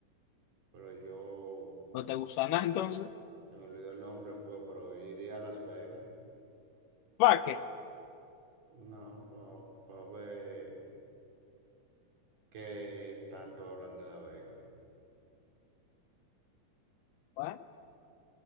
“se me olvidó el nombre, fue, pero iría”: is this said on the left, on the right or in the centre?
Right